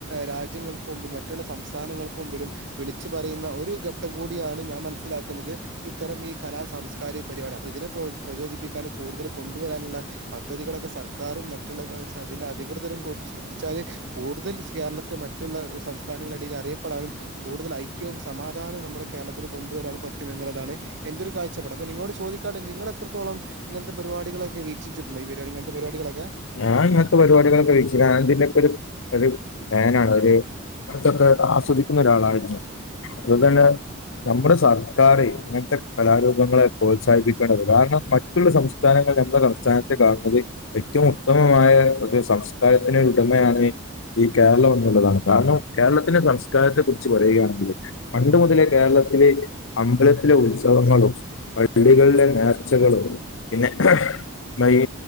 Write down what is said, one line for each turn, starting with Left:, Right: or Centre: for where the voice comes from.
Right: രാ ജ്യങ്ങൾക്കു മുമ്പിലും മറ്റുള്ള സംസ്ഥാനങ്ങൾക്ക് മുമ്പിലും വിളിച്ചു പറയുന്ന ഒരു ഘട്ടം കൂടിയാണ് ഞാൻ മനസ്സിലാക്കുന്നത് ഇത്തരം ഈ കലാ സാംസ്കാരിക പരിപാടി അപ്പൊതിനെ പ്രോൽ പ്രചോദിപ്പിക്കാനും കൂടുതല് കൊണ്ടുവരാനുള്ള പദ്ധതികളൊക്കെ സർക്കാറും മറ്റുള്ള അതിന്റെ അധികൃതരും ശ്രദ്ധിച്ചാലെ കൂടുതൽ കേരളത്തെ മറ്റുള്ള സംസ്ഥാനങ്ങളുടെൽ അറിയപ്പെടാനും കൂടുതൽ ഐക്യവും സമാധാനവും നമ്മുടെ കേരളത്തില് കൊണ്ടുവരാന് പറ്റും എന്നുള്ളതാണ് എന്റൊരു കാഴ്ചപ്പാട് അപ്പ നിങ്ങളോട് ചോദിക്കാണേൽ നിങ്ങളെത്രത്തോളം ഇങ്ങൻത്തെ പരിപാടികളൊക്കെ വീക്ഷിച്ചിട്ടുണ്ടോ ഈ പരിപാടി ഇങ്ങൻത്തെ പരിപാടികളൊക്കെ
Left: ഞാൻ ഇങ്ങനത്തെ പരിപാടികളൊക്കെ വീക്ഷിക്കാൻ ഇതിന്റെക്കൊരു ഫാനാണ് ഒരു ഇങ്ങെനത്തൊക്കെ ആസ്വദിക്കുന്ന ഒരാളായിരുന്നു അതുതന്നെ നമ്മുടെ സർക്കാര് ഇങ്ങൻത്തെ കലാരൂപങ്ങളെ പ്രോത്സാഹിപ്പിക്കണം കാരണം മറ്റുള്ള സംസ്ഥാനങ്ങൾ നമ്മളെ സംസ്ഥാനത്തെ കാണുന്നത് ഏറ്റവും ഉത്തമമായ ഒരു സംസ്കാരത്തിന് ഉടമയാണ് ഈ കേരളം എന്നുള്ളതാണ് കാരണം കേരളത്തിന്റെ സംസ്കാരത്തെ കുറിച്ച് പറയുവാണെങ്കില് പണ്ട് മുതലേ കേരളത്തില് അമ്പലത്തിലെ ഉത്സവങ്ങളും പള്ളികളിലെ നേർച്ചകളും പിന്നെ മ യി